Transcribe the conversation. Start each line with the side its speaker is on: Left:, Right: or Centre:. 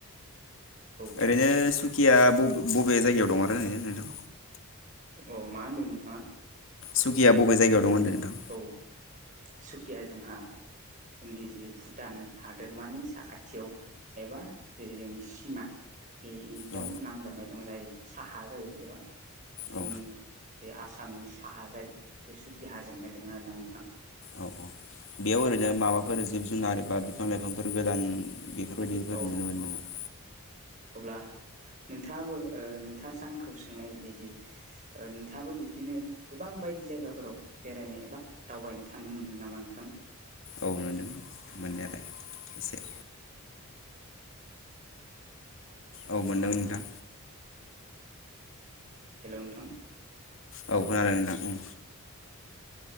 Right: औ
Left: ओरैनो सुकिया बब बबे जायगायाव दं आरो ओरैनो नोंथां
Right: अ मा होनदों नोंथाङा
Left: सुकिया बबे जायगायाव दं होनदों नोंथां
Right: औ सुखिया जोंहा जोंनि जि भुटान हादोरमानि साखाथियाव एबा जेरै जोंनि सिमा बे इनियाव
Left: औ
Right: नांजाबनाय दं जाय साहा जायो एबा जोंनि
Left: औ
Right: जे आसामनि साहा जाय बे सुकि हाजोमाया दों आरो ना नोंथां
Left: औ औ बेयाव ओरैनो माबाफोर जिब जुनार बा बिफां लाइफांफोर गोदान बेफोरबायदिफोर
Right: औ
Left: नुनो मोनोदों
Right: अब्ला नोंथाङाबो ओ नोंथाङासो आंखौ सोंनाय बायदि जे ओ नोंथाङाबो बिब्दिनो गोबां बायदि जायगाफोराव बेरायनो एबा दावबायनो थांनो मोनदों नामा नोंथां
Left: औ मोनदों मोननायालाय एसे औ मोनदों नोंथां
Right: हेल' नोंथां
Left: औ खोनादों नोंथां ओ